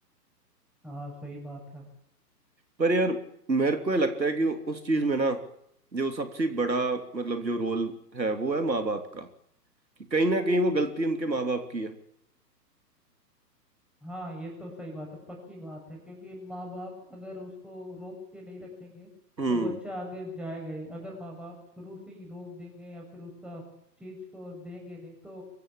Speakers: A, in the centre; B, on the right.
A: हाँ सही बात है
B: पर यार मेरे को ये लगता है कि उस चीज में ना जो सबसे बड़ा मतलब जो रोल है वो है माँ बाप का कि कहीं ना कहीं वो गलती उनके माँ बाप की है
A: हाँ ये तो सही बात है पक्की बात है क्योंकि माँ बाप अगर उसको रोक के नहीं रखेंगे
B: हम्म
A: तो बच्चा आगे जाएगा ही अगर माँ बाप शुरू से ही रोक देंगे या फिर उसका चीज को देंगे नहीं तो